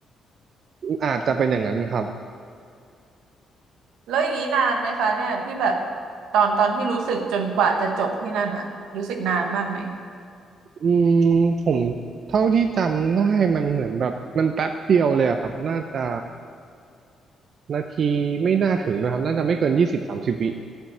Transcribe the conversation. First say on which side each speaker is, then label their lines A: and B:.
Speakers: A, on the right; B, on the right.
A: อาจจะเป็นอย่างนั้นครับ
B: แล้วอย่างนี้นานไหมคะเนี่ยที่แบบตอนตอนที่รู้สึกจนกว่าจะจบที่นั่นอ่ะรู้สึกนานมากไหม
A: อืมผมเท่าที่จำได้มันเหมือนแบบมันแป๊บเดียวเลยอะครับน่าจะ นาทีไม่น่าถึงนะครับน่าจะไม่เกินยี่สิบสามสิบวิ